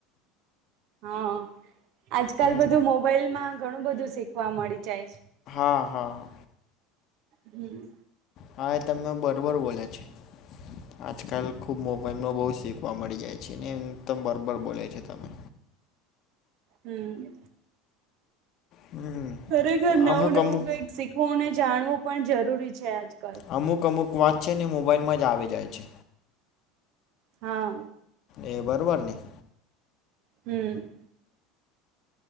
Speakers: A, on the right; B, on the left.
A: હા આજકાલ
B: હમ
A: બધું મોબાઈલ માં ઘણું બધું શીખવા મળી જાય છે
B: હા હાા
A: હમ
B: હા એ તમે બરોબર બોલ્યા છે આજકાલ ખુબ મોબાઈલમાં બહુ શીખવા મળી જાય છે ને એમ તો બરોબર બોલે છે તમે
A: હમ
B: હમ
A: હ ખરેખર નવું
B: અમુક
A: નવું
B: અમુક
A: કઈક શીખવુંને જાણવું પણ જરૂરી છે આજકાલ
B: અમુક અમુક વાત છે ને મોબાઈલમાં જ આવી જાય છે
A: હા
B: એ બરોબર નને-
A: હમ.